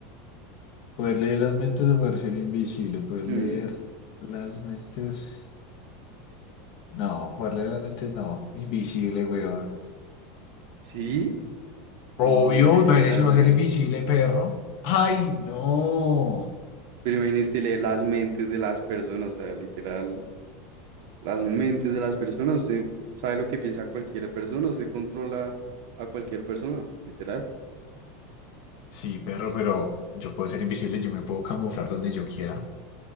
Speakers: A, on the left; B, on the right.
A: Poder leer las mentes o poder ser invisible. Poder leer
B: Mm,
A: las mentes. No, poder leer las mentes no. Invisible, weón.
B: ¿sí? Uy,
A: Obvio,
B: yo iría
A: imagínese
B: a las
A: uno
B: mentes.
A: ser invisible, perro. ¡Ay, no!
B: Pero imagínese leer las mentes de las personas, o sea, literal, las mentes de las personas. Usted sabe lo que piensa cualquier persona, usted controla a cualquier persona, literal.
A: Sí, perro, pero yo puedo ser invisible, yo me puedo camuflar donde yo quiera.